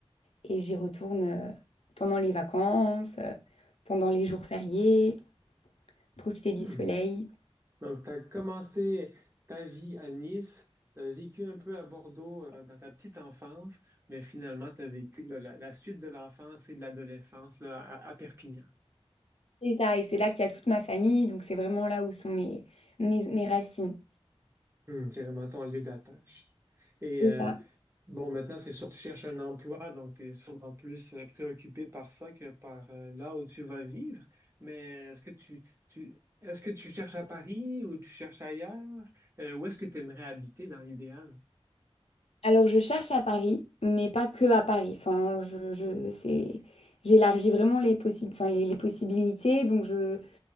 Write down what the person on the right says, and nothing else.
mhm.
Donc, tu as commencé ta vie à Nice, tu as vécu un peu à Bordeaux euh, dans ta petite enfance, mais finalement, tu as vécu là, la, la suite de l'enfance et de l'adolescence là, à, à Perpignan.
Hmm, c'est vraiment ton lieu d'attache. Et
euh,
bon, maintenant, c'est sûr que tu cherches un emploi, donc tu es sûrement plus euh, préoccupé par ça que par euh, là où tu vas vivre. Mais est-ce que tu, tu, est-ce que tu cherches à Paris ou tu cherches ailleurs? Euh, où est-ce que tu aimerais habiter dans l'idéal?